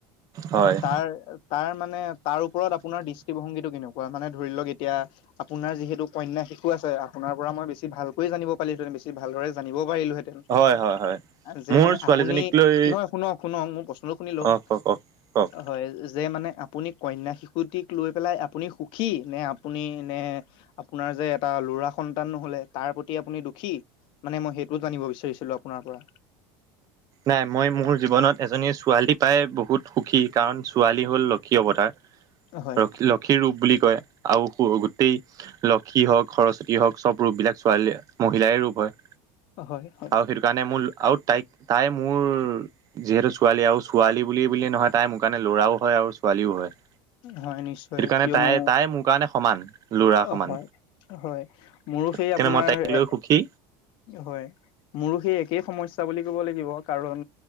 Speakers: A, on the right; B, on the left.
A: হয়
B: তাৰ তাৰ মানে তাৰ ওপৰত আপোনাৰ দৃষ্টিভংগীটো কেনেও কোৱা মানে ধৰি লওক এতিয়া আপোনাৰ যিহেতু কন্যা শিশু আছে আপোনাৰ পৰা মই বেছি ভালকৈ জানিব পালি সেইটো বেছি ভালদৰে জানিব পাৰিলোহেঁতেন
A: হয় হয় হয়
B: যে
A: মোৰ
B: মানে
A: ছোৱালীজনীক
B: আপুনি
A: লৈ
B: নহয় শুনক শুনক মোৰ প্ৰশ্নটো শুনি লওক
A: অ কওক কওক কওক
B: হয় যে মানে আপুনি কন্যা শিশুটিক লৈ পেলাই আপুনি সুখী নে আপুনি নে আপোনাৰ যে এটা ল'ৰা সন্তান নহলে তাৰ প্ৰতি আপুনি দুখী মানে মই সেইটো জানিব বিচাৰিছিলো আপোনাৰ পৰা <inaudible>
A: নাই মই মোৰ জীৱনত এজনী ছোৱালী পাই বহুত সুখী কাৰণ ছোৱালী হ'ল লক্ষী অৱতাৰ।
B: হয়
A: লক্ষী লক্ষীৰ ৰূপ বুলি কয়। আৰু গোটেই লক্ষী হওঁক সৰস্বতী হওঁক চব ৰূপ বিলাক ছোৱালীয়ে মহিলাই ৰূপ হয়।
B: হয় হয়
A: আৰু সেইটো কাৰণে মোৰ আৰু তাইক তাই মোৰ যিহেতু ছোৱালী আৰু ছোৱালী বুলি বুলিয়ে নহয় তাই মোৰ কাৰণে ল'ৰাও হয় আৰু ছোৱালীও হয়।
B: হয় নিশ্চয়
A: সেইটো কাৰণে
B: কিয়নো
A: তাই তাই মোৰ কাৰণে সমান ল'ৰা
B: অ
A: সমান
B: হয় হয়। মোৰ সেই
A: সেইকাৰণে
B: আপোনাৰ
A: মই তাইক লৈ
B: এ
A: সুখী
B: হয় মোৰ সেই একেই সমস্যা বুলি ক'ব লাগিব, কাৰণ